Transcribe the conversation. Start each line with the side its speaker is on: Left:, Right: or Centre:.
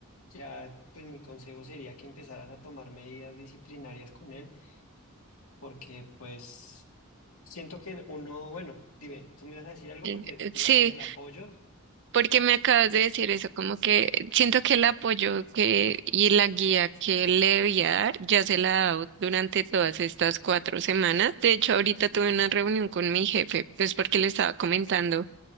Left: ya pues mi consejo sería que empezaras a tomar medidas disciplinarias con él, porque pues siento que uno, bueno, dime, tú me vas a decir algo
Right: eh,
Left: porque
Right: eh,
Left: digamos
Right: sí.
Left: el apoyo,
Right: Porque me acabas de decir eso, como que siento que el apoyo que y la guía que le voy a dar ya se la he dado durante todas estas cuatro semanas. De hecho, ahorita tuve una reunión con mi jefe, pues porque le estaba comentando.